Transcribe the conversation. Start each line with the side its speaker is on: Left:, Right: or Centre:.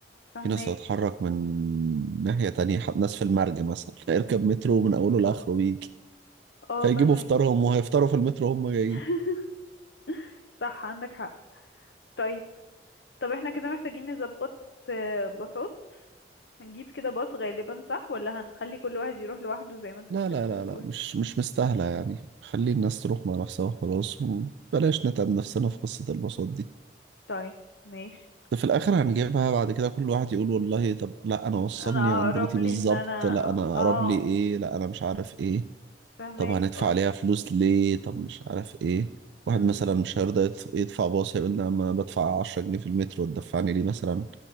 Left: فهماك
Right: في ناس هتتحرك من ناحية تانية ح- ناس في المرج مثلا هيركب مترو من أوله لآخره ويجي
Left: اه
Right: فيجيبوا
Left: فهماك
Right: فطارهم وهيفطروا في المترو هم جايين
Left: <laughs> صح عندك حق طيب طب احنا كده محتاجين نظبط آه، باصات هنجيب كده باص غالبا صح ولا هنخلي كل واحد يروح لوحده زي ما انت كنت
Right: لا لا
Left: لسه
Right: لا
Left: بتقول
Right: لا مش مش مستاهلة يعني خلي الناس تروح مع نفسها وخلاص وبلاش نتعب نفسنا في قصة الباصات دي
Left: طيب ماشي
Right: ده في الآخر هنجيبها بعد كده كل واحد يقول والله طب لا أنا وصلني
Left: انا
Right: عند
Left: اقرب
Right: بيتي
Left: لي
Right: بالظبط
Left: ان انا
Right: لا أنا أقرب
Left: اه
Right: لي إيه لا أنا مش عارف إيه
Left: فاهمك
Right: طب هندفع
Left: اه
Right: عليها فلوس ليه طب مش عارف إيه
Left: م-
Right: واحد مثلا
Left: م-
Right: مش هيرضى يدف- يدفع باص هيقول لي أما أنا بدفع 10 جنيه في المترو تدفعني لي مثلا